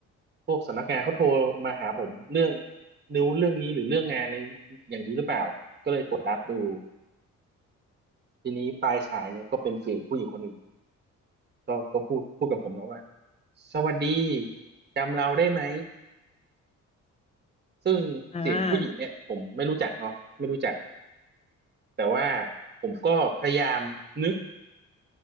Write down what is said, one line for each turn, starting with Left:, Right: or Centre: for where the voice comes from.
Right: พวกสำนักงานเขาโทรมาหาผมเรื่องนิ้วเรื่องนี้หรือเรื่องงานอะไรอย่างนี้หรือเปล่าก็เลยกดรับดูทีนี้ปลายสายเนี่ยก็เป็นเสียงผู้หญิงคนหนึ่งก็ก็พูดพูดกับผมเนาะว่าสวัสดีจำเราได้ไหมซึ่งเสียงผู้หญิงเนี่ยผมไม่รู้จักเนาะไม่รู้จัก
Left: อ่า
Right: แต่ว่าผมก็พยายามนึก